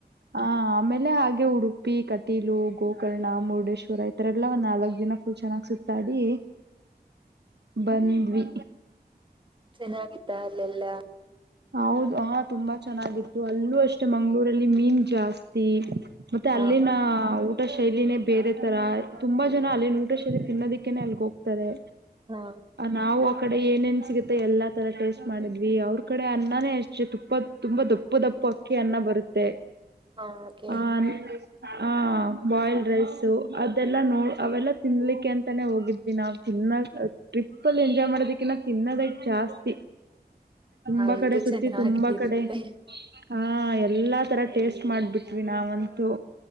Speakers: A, on the right; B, on the right.
A: ಆ ಆಮೇಲೆ ಹಾಗೆ ಉಡುಪಿ ಕಟೀಲು ಗೋಕರ್ಣ ಮುರುಡೇಶ್ವರ ಇತರೆ ಎಲ್ಲಾ ಒಂದ್ ನಾಲ್ಕು ದಿನ ಫುಲ್ ಚೆನ್ನಾಗಿ ಸುತ್ತಾಡಿ. ಬಂದ್ವಿ.
B: ಚೆನ್ನಾಗಿತ್ತಾ ಅಲ್ಲೆಲ್ಲಾ.
A: ಹೌದು ಹ ತುಂಬಾ ಚೆನ್ನಾಗಿತ್ತು ಅಲ್ಲೂ ಅಷ್ಟೆ ಮಂಗ್ಗಳೂರಲ್ಲಿ ಮೀನ್ ಜಾಸ್ತಿ ಮತ್ತೆ
B: ಹಾ
A: ಅಲ್ಲಿನ ಊಟ. ಶೈಲಿನೇ ಬೇರೆ ತರ ತುಂಬಾ ಜನ ಅಲ್ಲಿ ಊಟ ಶೈಲಿ ತಿನ್ನೋದಿಕ್ಕೇನೆ ಅಲ್ಲಿಗೆ ಹೋಗ್ತಾರೆ.
B: ಹಾ.
A: ನಾವು ಆ ಕಡೆ ಏನೇನ್ ಸಿಗುತ್ತೆ ಎಲ್ಲಾ ತರ ಟೇಸ್ಟ್ ಮಾಡಿದ್ವಿ ಅವ್ರು. ಆ ಕಡೆ ಅನ್ನನೇ ಅಷ್ಟೇ ತುಪ್ಪ ತುಂಬಾ ದಪ್ಪಾ ದಪ್ಪಾ ಅಕ್ಕಿ ಅನ್ನ ಬರುತ್ತೆ.
B: ಹಾಗೆ
A: ಹಾ. ಹ ಬಾಯ್ಲ್ಡ್ ರೈಸು ಅದೆಲ್ಲಾ ನೋಡ್ ಅವೆಲ್ಲ ತಿನ್ಲಿಕ್ಕೆ ಅಂತಾನೇ ಹೋಗಿದ್ವಿ ನಾವ್ ತಿನ್ನ ಟ್ರಿಪ್ ಅಲ್ಲಿ ಎಂಜಾಯ್ ಮಾಡದಕಿನ್ನ ತಿನ್ನೋದೇ ಜಾಸ್ತಿ. ತುಂಬಾ
B: ಹೌದು
A: ಕಡೆ ಸುತ್ತಿ
B: ಚೆನ್ನಾಗಿರುತ್ತೆ
A: ತುಂಬಾ ಕಡೆ. ಆ ಎಲ್ಲಾ ತರ ಟೇಸ್ಟ್ ಮಾಡ್ಬಿಟ್ವಿ ನಾವಂತೂ.